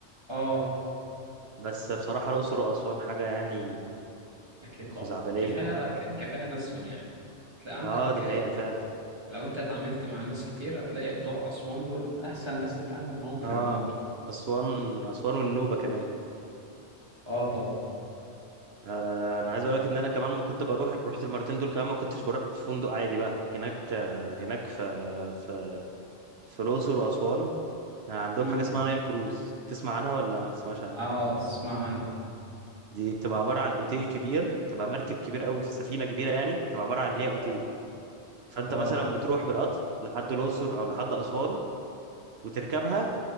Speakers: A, on the right; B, on the right.
A: اه
B: بس بصراحة الأقصر وأسوان حاجة يعني
A: اكيد
B: خزعبلية
A: طبعا كفايه ك- كفايه ناسهم يعني تلاقي عندك
B: اه دي حقيقة فعلا
A: لو انت اتعاملت مع ناس كتير هتلاقي بتوع أسوان دول أحسن ناس تتعامل معاهم في
B: اه
A: العموم يعني
B: أسوان أسوان والنوبة كمان
A: اه طبعا
B: آه أنا عايز أقول لك إن أنا كمان ما كنت بروح رحت المرتين دول كمان ما كنتش بروح في فندق عادي بقى هناك آه، هناك في في في الأقصر وأسوان عندهم
A: امم
B: حاجة اسمها نايل كروز تسمع عنها ولا ما تسمعش عنها
A: اه اسمع عنها
B: دي بتبقى عبارة عن اوتيل كبير بتبقى مركب كبير قوي في سفينة كبيرة يعني بتبقى عبارة عن هي اوتيل
A: اه
B: فانت
A: اه
B: مثلا بتروح بالقطر لحد الأقصر او لحد أسوان وتركبها